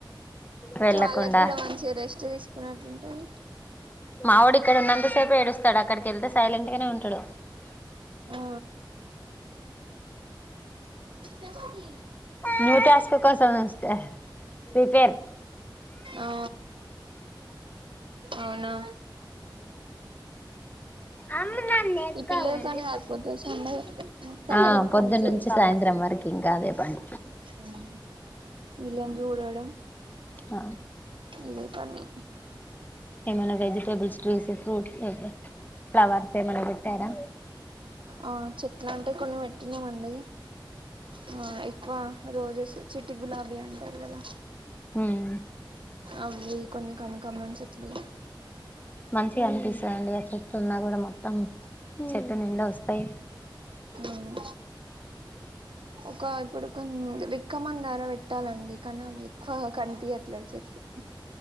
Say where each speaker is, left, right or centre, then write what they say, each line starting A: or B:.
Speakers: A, on the left; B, on the right.
A: వెళ్ళకుండా
B: వాళ్లక్ గుడా మంచిగా రెస్ట్ దిసుకునట్లు ఉంటాది.
A: మావోడు ఇక్కడ ఉన్నంతసేపే ఏడుస్తాడు, అక్కడికి ఎళ్తే సైలెంట్గానే ఉంటాడు.
B: ఆ చపాతి
A: న్యూ టాస్కు కోసము తే ప్రిపేర్
B: ఆ అవునా
A: అమ్ నన్ను ఎత్తుకొవనే
B: ఈ పిల్లలతోనే సరిపోతది సండే మొత్తం
A: ఆ
B: ఏం
A: పొద్దున్నుంచి
B: పని చేయకుండా
A: సాయంత్రం వరకు ఇంకా అదే పని.
B: ఉమ్ వీళ్ళని చూడడం
A: అ
B: ఇదే పని
A: ఏమన్నా వెజిటేబుల్స్ ట్రీస్ ఫ్రూట్స్ ఫ్లవర్స్ ఏమన్నా పెట్టారా.
B: ఆ చెట్లంటే కొన్ని పెట్టినామండి ఆ ఇ క్కువ రోజెస్ చిట్టి గులాబీ అంటారు కదా
A: ఉమ్
B: అవి కొన్ని కనకాంబరం చెట్లు
A: మంచిగా అనిపిస్తాదండి చెట్టు ఉన్నా కూడా మొత్తం చెట్టు నిండ వస్తాయి
B: అవును ఒక ఇప్పుడు కో రిక్కమందార పెట్ పెట్టాలండి కానీ అవి ఎక్కువ కనిపియ్యట్లేదు చెట్లు